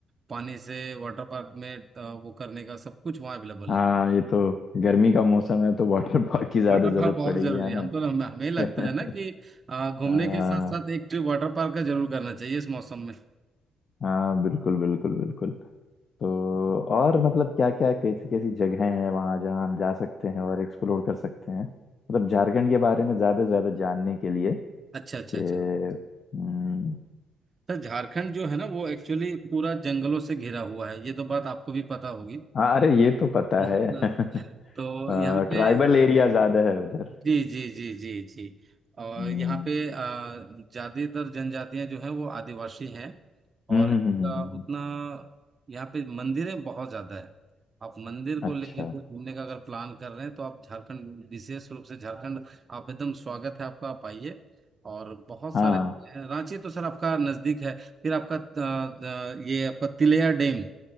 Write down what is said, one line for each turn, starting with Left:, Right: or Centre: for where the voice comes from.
Right: पानी से वाटर पार्क में अ, वो करने का सब कुछ वहाँ अवेलेबल
Left: हाँ
Right: है
Left: ये तो गर्मी का मौसम है तो वाटर पार्क की ज्यादा
Right: वाटर
Left: जरूरत
Right: पार्क बहुत
Left: पड़ेगी
Right: जरूरी
Left: है
Right: है हमको
Left: ना
Right: हमें हमें लगता
Left: <laughs>
Right: है ना कि अ, घूमने
Left: हाँ
Right: के साथ साथ एक ट्रिप वाटर पार्क का जरूर करना चाहिए इस मौसम में
Left: हाँ बिल्कुल बिल्कुल बिल्कुल तो और मतलब क्या क्या कैसी कैसी जगहें हैं वहाँ जहाँ हम जा सकते हैं और एक्सप्लोर कर सकते हैं मतलब झारखंड के बारे में ज्यादा से ज्यादा जानने के लिए
Right: अच्छा अच्छा
Left: कि
Right: अच्छा
Left: हम्म,
Right: तो झारखंड जो है ना वो एक्चुअली पूरा जंगलों से घिरा हुआ है ये तो बात आपको भी पता होगी
Left: हाँ अरे ये तो पता
Right: <laughs>
Left: है <laughs>
Right: तो यहाँ पे
Left: ट्राइबल एरिया ज्यादा है उधर
Right: जी जी जी जी जी और
Left: हम्म
Right: यहाँ पे ज़्यादातर जनजातियाँ जो है वो आदिवासी हैं
Left: हम्म
Right: और इसका
Left: हम्म, हम्म, हम्म, हम्म, हम्म।
Right: उतना यहाँ पे मंदिरें बहुत ज़्यादा है आप मंदिर को
Left: अच्छा
Right: लेकर के घूमने का अगर प्लान कर रहे हैं तो आप झारखंड विशेष रूप से झारखंड आप एकदम स्वागत है आपका आप आइए और बहुत
Left: हाँ
Right: सारे रांची तो सर आपका नज़दीक है फिर आपका अ, अ, ये आपका तिलैया डैम